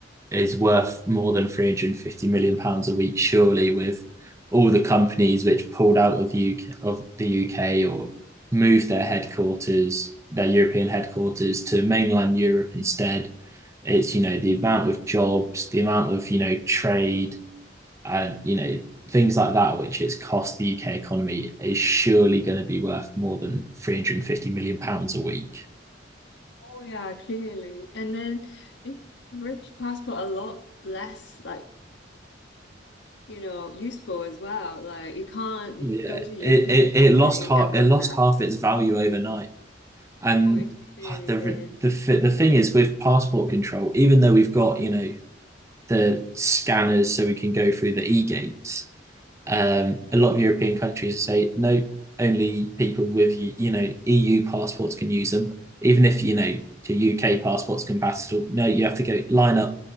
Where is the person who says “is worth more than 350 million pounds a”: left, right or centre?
Right